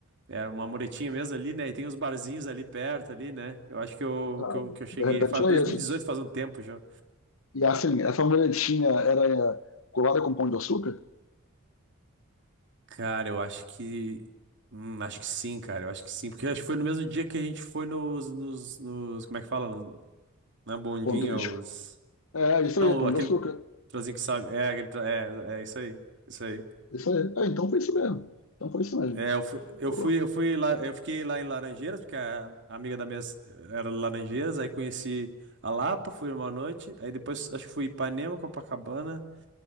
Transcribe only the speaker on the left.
Ah,
De repente
é isso.
E assim, essa muretinha era é, colada com pão de açúcar?
Pão turístico.
É, isso
aí, pão
de açúcar.
Isso aí. É, então foi isso mesmo. Então foi isso mesmo.
Pô,